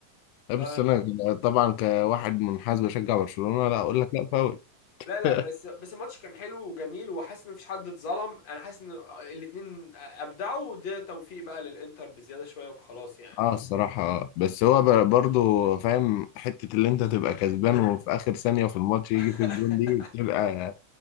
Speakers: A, on the left; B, on the left.
A: بس
B: ف
A: انا طبعا كواحد منحاز بشجع برشلونة لا اقول لك لا فاول
B: لا لا
A: <laughs>
B: بس بس الماتش كان حلو وجميل وحاسس ان مفيش حد اتظلم انا حاسس ان الاتنين ابدعوا وده توفيق بقى للانتر بزياده شويه وخلاص يعني
A: اه الصراحة آه. بس هو ب- برضو فاهم حتة اللي انت تبقى كسبان وفي اخر ثانية في الماتش يجي
B: <laughs>
A: فيك الجون دي بتبقى